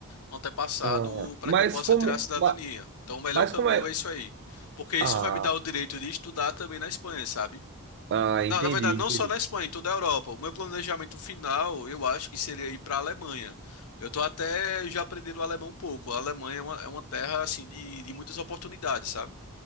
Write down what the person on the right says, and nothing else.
Ah,
mas
como,
ma-
mas
como é?
Ah,
ah,
entendi,
entendi.